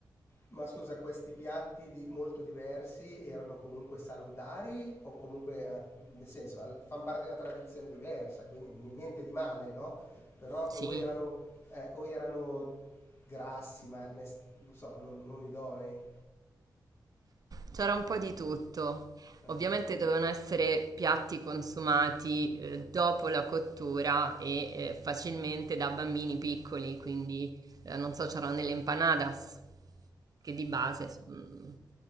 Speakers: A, on the left; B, on the right.
A: Ma scusa, questi piatti di- molto diversi erano comunque salutari o comunque, ah, nel senso, al- fanno parte di una tradizione diversa, quindi ni- niente di male, no? Però
B: Sì,
A: o erano, eh, o erano grassi, ma mes- non so, non, non idonei.
B: C'era un po' di tutto.
A: Eh.
B: Ovviamente dovevano essere piatti consumati eh, dopo la cottura e eh, facilmente da bambini piccoli, quindi eh, non so, c'erano delle empanadas che di base mm,